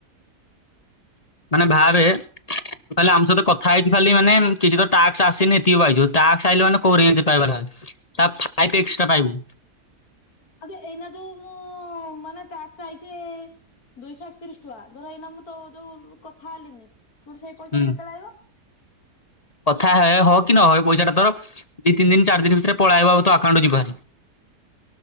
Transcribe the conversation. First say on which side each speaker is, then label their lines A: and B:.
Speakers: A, on the left (about 30°); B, on the left (about 65°).
A: ମାନେ ଭାବେ ଆମ ସହିତ
B: ହୁଁ
A: କଥା ହେଇଛି ଖାଲି ମାନେ କିଛି ଟାସ୍କ ଆସିିନି <inaudible> ଟାସ୍କ ଆସିଲା ମାନେ କୁଆଡେ କିଛି ପାଇବନି। ପାଇପ ଏକ୍ସଟ୍ରା ପାଇବୁ।
B: ଏବେ ଏଇନା ଜୋଉ ମୁଁ ମାନ ଟ୍ୟାକ୍ସ ଆଇଚି। ଦୁଇଶହ ଏକତିରିଶ ଟଙ୍କା। ଧର ଏଇନା ମୁଁ ତ ଯୋଉ କଥା ହେଲିନି ପୁଣି ସେଇ ପଇସା
A: ହୁଁ
B: ଟା କେତେବେଳେ ଆଇିବ?
A: କଥା ହେ ହ କି ନ ହ ଏ ପଇସା ଟା ତୋର ଦି ତିନି ଦିନ ଚାରି ଦିନ ଭିତରେ ପଳେଇ ଆଇବ ତୋ ଆକାଉଣ୍ଟରେ ଯିବ ଭାରି।